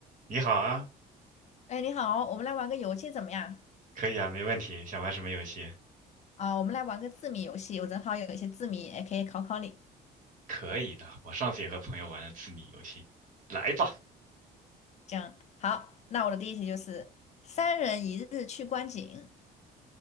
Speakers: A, on the right (about 50°); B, on the left (about 40°).
A: 你好啊，
B: 哎，你好，我们来玩个游戏怎么样？
A: 可以啊，没问题。想玩什么游戏？
B: 啊、我们来玩个字谜游戏，我正好有一些字谜，也可以考考你。
A: 可以的，我上次也和朋友玩了字谜游戏。来吧，
B: 这样，好，那我的第一题就是“三人一日去观景”，